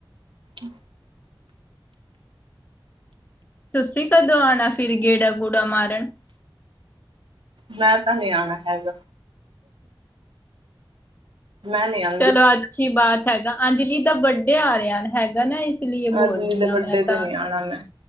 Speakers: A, on the right; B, on the left.
A: ਅ
B: ਤੁਸੀਂ ਕਦੋਂ ਆਣਾ ਫਿਰ ਗੇੜਾ-ਗੂੜਾ ਮਾਰਨ।
A: ਮੈਂ ਤਾਂ ਨੀਂ ਆਣਾ ਹੈਗਾ। ਮੈਂ ਨੀ ਆ
B: ਚਲੋ ਅੱਛੀ ਬਾਤ ਹੈਗਾ, ਅੰਜਲੀ ਦਾ ਬੱਡੇ ਆ ਰਿਹਾ ਹੈਗਾ ਨਾ ਇਸ ਲਈ
A: ਆਂਜਲੀ
B: ਬੋਲਦੀ
A: ਦੇ
B: ਹਾਂ
A: ਬੱਡੇ
B: ਮੈਂ
A: ਤੇ
B: ਤਾਂ
A: ਨੀਂ ਆਣ ਆਲੇ